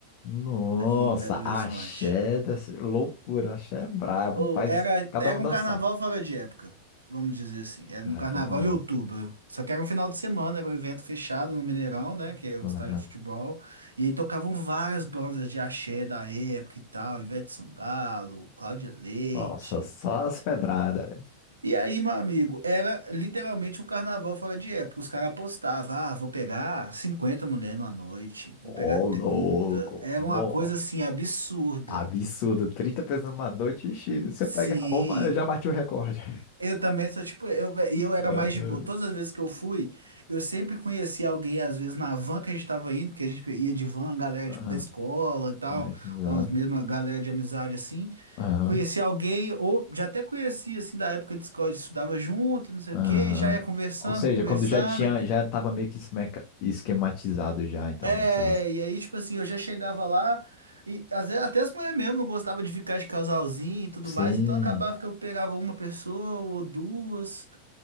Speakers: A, on the left; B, on the right.
A: Nossa,
B: aqui em Belo Horizonte.
A: axé, dessa loucura, axé é brabo,
B: Ou
A: faz
B: era,
A: cada
B: era
A: um
B: um
A: dançar.
B: carnaval fora de época, vamos dizer assim. Era
A: Ai,
B: um carnaval
A: que massa.
B: em outubro. Só que era um final de semana, era um evento fechado no Mineirão, né? Que é
A: Aham.
B: o estádio de futebol. E aí tocavam várias bandas de axé da época e tal, Ivete Sangalo, Cláudia Leite.
A: Nossa, só as pedradas, velho.
B: E aí, meu amigo, era literalmente um carnaval fora de época. Os caras apostavam, ah, vou pegar 50 mulheres numa noite,
A: Ô,
B: vou pegar
A: louco,
B: trinta Era
A: nossa,
B: uma coisa assim absurda.
A: absurdo, 30 pessoas numa noite, ixi, se
B: Sim,
A: eu pegar uma, eu já bati o recorde.
B: Eu também sou tipo, eu, e eu era
A: Aham,
B: mais de boa. Todas as vezes que eu fui, eu sempre conhecia alguém, às vezes na van que a gente tava indo, que a gente ia de van, galera
A: aham.
B: tipo da escola e tal,
A: Ai, que já.
B: umas mesmas galera de amizade assim.
A: Aham,
B: Conhecia alguém, ou já até conhecia assim da época de escola, a gente estudava junto, não sei
A: aham.
B: o quê, já ia conversando,
A: Ou seja,
B: conversando.
A: quando já tinha, já tava meio que esmeca- esquematizado já, então,
B: É,
A: como se você...
B: e aí tipo assim, eu já chegava lá. E às vezes, até as mulheres mesmo não gostavam de ficar de casalzinho e tudo
A: Sim,
B: mais, então acabava que eu pegava uma pessoa ou duas.